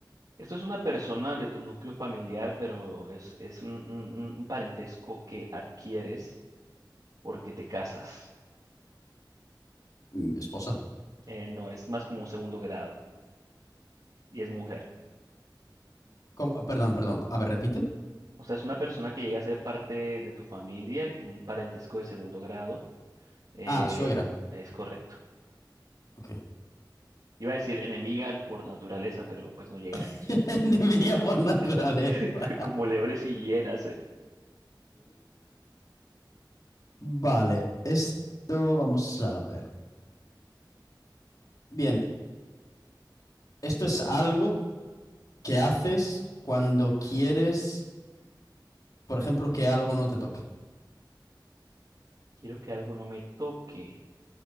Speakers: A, on the right; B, on the left.
A: Esto es una persona de tu núcleo familiar, pero es, es un, un- un parentesco que adquieres porque te casas.
B: Mm, Esposa.
A: Eh, no, es más como un segundo grado y es mujer.
B: ¿Cómo? Perdón, perdón. A ver, repite.
A: O sea, es una persona que llega a ser parte de tu familia, un parentesco de segundo grado. eh,
B: Ah, suegra.
A: es correcto.
B: Ok.
A: Iba a decir enemiga por naturaleza, pero pues no llega a
B: <laughs>
A: eso.
B: Enemiga por naturaleza.
A: <laughs> Como leones y hienas, ¿eh?
B: Vale, esto vamos a ver. Bien, esto es algo que haces cuando quieres, por ejemplo, que algo no te toque.
A: Quiero que algo no me toque.